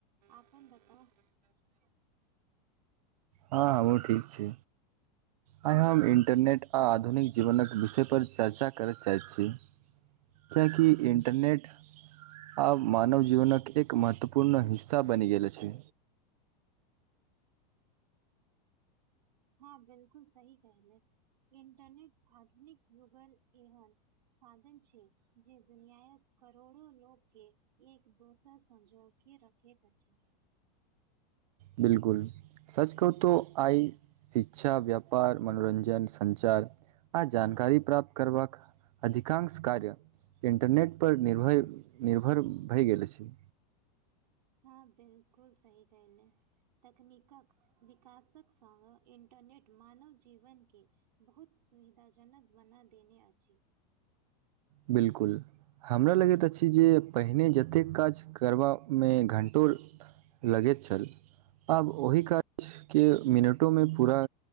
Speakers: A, on the right; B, on the right.
A: आपन बताउ ह <unintelligible>
B: हँ हमहुँ ठीक छी आइ हम
A: हुँ,
B: इंटरनेट आ आधुनिक जीवनक विषयपर चर्चा करय चाहै छी किएकि
A: हँ
B: इन्टरनेट आब मानव जीवनक एक महत्वपूर्ण हिस्सा बनि गेल अछि
A: हँ बिल्कुल सही कहले इंटरनेट आधुनिक यूगल एहन साधन छी जे दुनियायक करोड़ो लोग के एक दोसर संग जोड़ के रखैत अछि
B: बिल्कुल सच कहु तो आइ शिक्षा व्यापार मनोरञ्जन सञ्चार आ जानकारी प्राप्त करबाक अधिकांश कार्य इन्टरनेटपर निर्भय निर्भर भए गेल अछि
A: हँ बिल्कुल सही कहले तकनीकक विकासक संगङ्ग इंटरनेट मानव जीवनके बहुत सुविधाजनक बना देने अछि
B: बिल्कुल हमरा लगैत अछि जे पहिने जतेक काज करबामे घण्टो लगैत छल आब ओहि काजके मिनटोमे पूरा